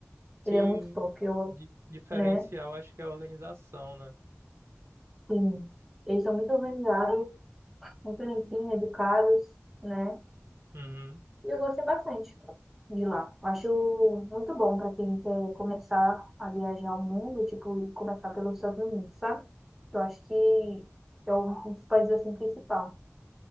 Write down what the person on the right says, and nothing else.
Sim,
di- diferencial
acho que é a organização, né?
Uhum.